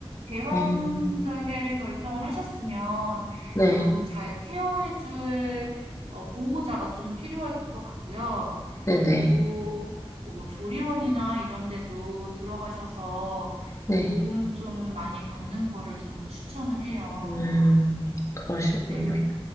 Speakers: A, on the right; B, on the left.
A: 제왕절개를
B: 음,
A: 결정을 하셨으면
B: 네.
A: 좀 잘 케어해 줄 어 보호자가 좀 필요할 것 같고요.
B: 네네.
A: 그리고 뭐 조리원이나 이런 데도 들어가셔서
B: 네.
A: 도움 좀 많이 받는 거를 저는 추천을 해요.
B: 음, 그러시군요.
A: 네네.